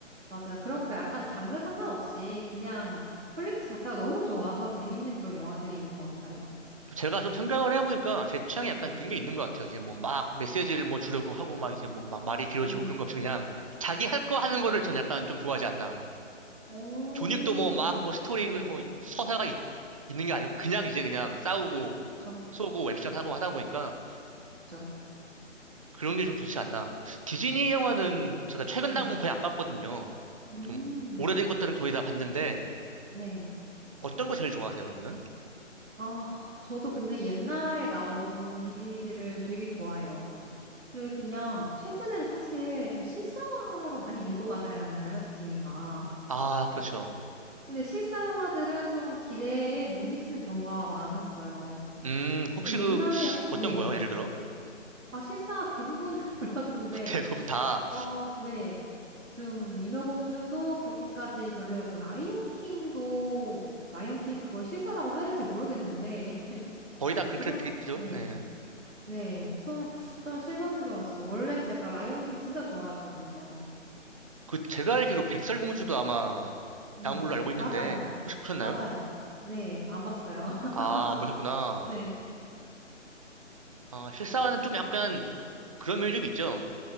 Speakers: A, on the right; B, on the right.
A: 맞아요. 그러니까 약간 장르 상관없이 그냥 퀄리티 자체가 너무 좋아서 재밌는 그런 영화들이 있는 것 같아요.
B: 제가 좀 생각을 해보니까 제 취향이 약간
A: 네.
B: 그런 게 있는 것 같아요. 이제 뭐 막 메시지를 뭐 주려고 하고 막 이제 뭐 막 말이 길어지고
A: 음.
B: 그런 거 없이 그냥 자기 할 거 하는 거를 전 약간 좀 좋아하지 않나.
A: 오,
B: 존윅도 뭐 막 뭐 스토리
A: 네.
B: 그 뭐 서사가 있, 는게 아니고 그냥 이제 그냥 싸우고
A: 그쵸.
B: 쏘고 액션하고
A: 음,
B: 하다 보니까
A: 그쵸.
B: 그런 게 좀 좋지 않나. 디즈니 영화는 제가 최근
A: 네.
B: 나온 건 거의 안 봤거든요.
A: 음.
B: 좀 오래된 것들은 거의 다 봤는데
A: 네.
B: 어떤 거 제일 좋아하세요, 그러면은?
A: 아, 저도 근데 옛날에 나온 디즈니들을 되게 좋아해요. 그리고 그냥 최근엔 사실 좀 실사화로 많이 밀고 가잖아요, 디즈니가.
B: 아, 그렇죠.
A: 근데 실사 영화들은 좀 기대에 못 미치는 경우가 많았어요.
B: 음, 혹시
A: 근데 옛날,
B: 그
A: 여-
B: 어떤
A: 네.
B: 거요? 예를 들어?
A: 아, 실사 대부분 <laughs> 별로던데,
B: <laughs> 대부분 다
A: 어, 네. 좀 인어공주도 그렇게까지 별로였고, 라이온킹도, 라이온킹은 그걸 실사라고 해야 될지 모르겠는데, <laughs>
B: 거의 다 그
A: 그것,
B: 그래픽이 그죠?
A: 네.
B: 예.
A: 네, 좀, 좀 실망스러웠어요. 원래는 제가 라이온킹 진짜 좋아했거든요.
B: 그 제가 알기로 백설공주도 아마
A: 네,
B: 나온 걸로 알고 있는데
A: 맞아요.
B: 혹시 보셨나요?
A: 맞아요. 네, 안 봤어요. <laughs>
B: 아, 안 보셨구나.
A: 네,
B: 아, 실사화는 좀 약간 그런 면이 좀 있죠.